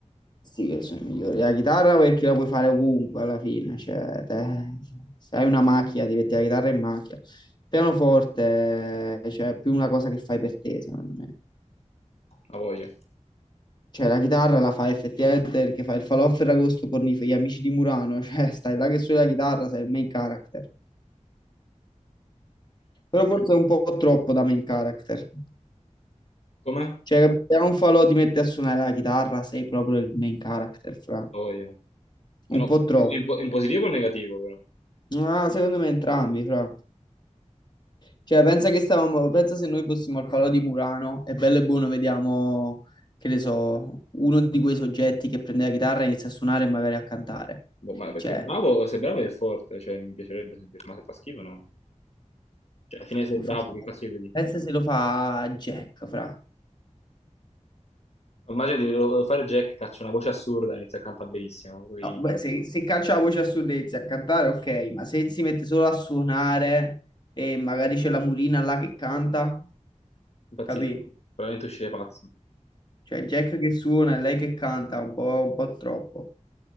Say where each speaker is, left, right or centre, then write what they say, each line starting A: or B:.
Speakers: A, on the left; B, on the left.
A: Sì, che sono i migliori. La chitarra perché la puoi fare ovunque alla fine, cioè te- se hai una macchina ti metti la chitarra in macchina. Il Pianoforte, eh, cioè è più una cosa che fai per te, secondo me.
B: La voglia.
A: Cioè la chitarra la fai effettivamente perché fai il falò a Ferragosto con i- gli amici di Murano, <laughs> cioè stai là che suoni la chitarra, sei il main character. Però forse è un po' troppo da main character.
B: Com'è? La
A: Cioè, se a un falò ti metti a suonare la chitarra, sei proprio il main character, fra.
B: voglia. Ma
A: Un
B: no,
A: po' troppo.
B: in, po- in positivo o in negativo però?
A: Ah, secondo me entrambi, fra. Cioè, pensa che stavamo, pensa se noi fossimo al Falò di Murano e bello e buono vediamo, che ne so, uno di quei soggetti che prende la chitarra e inizia a suonare e magari a cantare.
B: Boh, ma
A: Cioè,
B: se è bravo, se è bravo è forte, cioè mi piacerebbe sentire, ma se fa schifo no. Cioè, alla fine sei
A: può
B: bravo,
A: fare- una
B: che
A: cosa.
B: cazzo gli puoi dire?
A: pensa se lo fa Jack, fra.
B: Immagino di volevo fare Jack, caccia una voce assurda, inizia a cantare benissimo, poi
A: No, beh, se, se caccia la voce assurda e inizia a cantare, ok, ma se si mette solo a suonare e magari c'è la Murina là che canta,
B: impazzisco,
A: capì?
B: probabilmente uscire pazzo.
A: Cioè Jack che suona e lei che canta un po', un po' troppo.